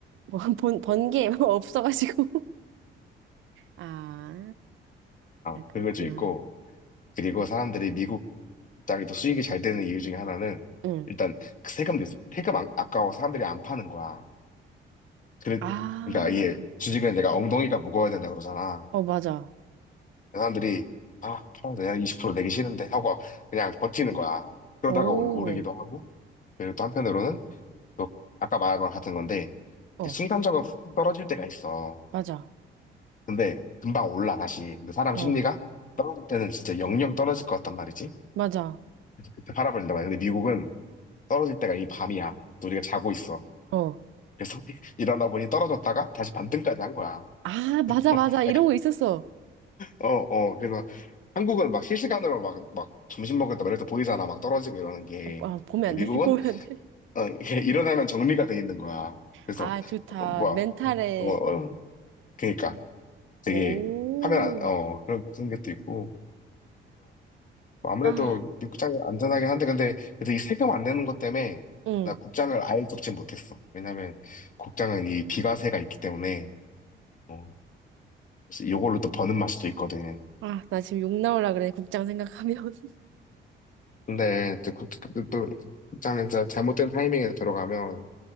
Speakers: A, on the right; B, on the left.
A: 뭐 번, 번개 <laughs> 없어가지고. <laughs> 아,
B: 아,
A: 아, 그렇구나.
B: 그것도 있고, 그리고 사람들이 미국 땅이 더 수익이 잘 되는 이유 중에 하나는,
A: 응.
B: 일단, 그 세금 내서, 세금 안- 아까워 사람들이 안 파는 거야. 그래,
A: 아,
B: 그러니까 이게 주식은 내가 엉덩이가 무거워야 된다 그러잖아.
A: 어, 맞아.
B: 사람들이, 아, 팔아 내가 20% 내기 싫은데 하고 그냥 버티는 거야. 그러다가
A: 오,
B: 올- 오르기도 하고, 그리고 또 한편으로는, 또 아까 말한 거랑 같은 건데,
A: 어,
B: 이제 순간적으로 훅 떨어질 때가 있어.
A: 맞아.
B: 근데 금방 올라 다시. 근데 사람
A: 어,
B: 심리가 떨어질 때는 진짜 영영 떨어질 것 같단 말이지.
A: 맞아.
B: 그래서 그때 팔아버린단 말이야. 근데 미국은 떨어질 때가 이 밤이야. 또 우리가 자고 있어.
A: 어.
B: 그래서 <laughs> 일어나 보니 떨어졌다가 다시 반등까지 한 거야.
A: 아,
B: <laughs>
A: 맞아, 맞아. 이런
B: 약간
A: 거 있었어.
B: 어, 어. 그래서 한국은 막 실시간으로 막, 막 점심 먹을 때 이렇게 보이잖아. 막 떨어지고 이러는 게.
A: 아, 아, 보면
B: 근데
A: 안 돼.
B: 미국은
A: <laughs> 보면 안 돼.
B: 어, 이렇게 <laughs> 일어나면 정리가 돼 있는 거야. 그래서
A: 아, 좋다.
B: 어, 뭐야.
A: 멘탈에.
B: 어, 어, 어. 그러니까 되게
A: 오.
B: 하면 안- 어 그런 그런 것도 있고. 뭐 아무래도
A: 아,
B: 미국장이 안전하긴 한데, 근데, 그래서 이 세금 안 내는 것 때문에,
A: 응.
B: 나 국장을 아예 접지 못했어. 왜냐면, 국장은 이 비과세가 있기 때문에, 어, 그래서 요걸로 또 버는 맛이 또 있거든.
A: 아, 나 지금 욕 나올라 그래, 국장 생각하면. <laughs>
B: 근데, 또, 국- 또, 또 국장에 진짜 잘못된 타이밍에 들어가면,